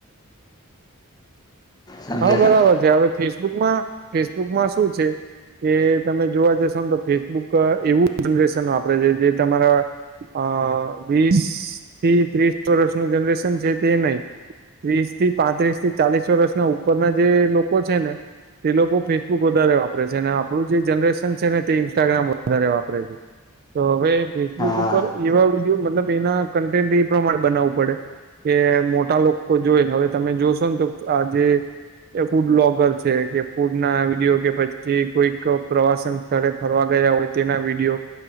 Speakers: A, on the left (about 20°); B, on the right (about 45°).
A: સમજે
B: હા બરાબર
A: તમે
B: છે. હવે ફેસબુકમાં ફેસબુકમાં શું છે? કે તમે જોવા જશો ને તો ફેસબુક એવું જનરેશન વાપરે છે. જે તમારા અ વીસ થી ત્રીસ વર્ષનું જનરેશન છે તે નય ત્રીસ થી પાંત્રીસ થી ચાલીસ વર્ષના ઉપરના જે લોકો છે ને તે લોકો ફેસબુક વધારે વાપરે છે, અને આપણું જે જનરેશન છે ને તે ઇન્સ્ટાગ્રામ વધારે વાપરે છે. તો હવે ફેસબુક
A: હા
B: ઉપર એવા વિડીયો મતલબ એના કન્ટેન્ટ એ પ્રમાણે બનાવવું પડે. કે મોટા લોકો જોઈને હવે તમે જોશો ને તો આજે એ ફૂડલોગર છે કે ફૂડ ના વિડીયો કે પછી કોઈક પ્રવાસન સ્થળે ફરવા ગયા હોય તેના વિડીયો